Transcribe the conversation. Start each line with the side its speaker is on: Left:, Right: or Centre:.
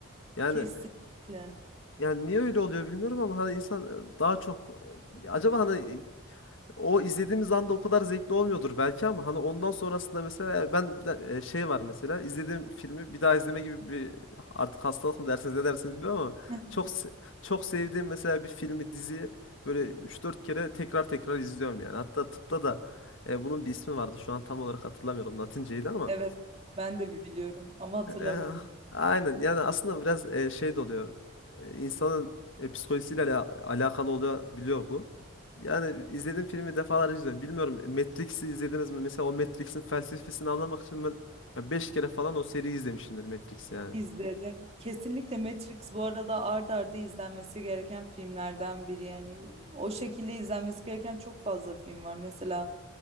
Left: Yani
Right: kesinlikle.
Left: yani niye öyle oluyor bilmiyorum ama hani insan e, daha çok e, acaba hani e, o izlediğimiz anda o kadar zevkli olmuyordur belki ama hani ondan sonrasında mesela ben bir de- e, şey var mesela izlediğim filmi bir daha izleme gibi bir artık hastalık mı dersiniz ne dersiniz bilmiyorum ama
Right: <laughs>
Left: çok se- çok sevdiğim mesela bir filmi diziyi böyle üç dört kere tekrar tekrar izliyorum yani. Hatta tıpta da e, bunun bir ismi vardı. Şu an tam olarak hatırlamıyorum Latinceydi ama
Right: Evet ben de biliyorum ama hatırlamıyorum.
Left: E, aynen yani aslında biraz e, şey de oluyor. E, insanın e, psikolojisiyle ala- alakalı oluyor biliyor bu. Yani izlediğim filmi defalarca izliyorum. Bilmiyorum e, Matrix'i izlediniz mi? Mesela o Matrix'in felsefesini anlamak için ben ya 5 kere falan o seriyi izlemişimdir Matrix yani.
Right: İzledim. Kesinlikle Matrix bu arada art arda izlenmesi gereken filmlerden biri yani. O şekilde izlenmesi gereken çok fazla film var. Mesela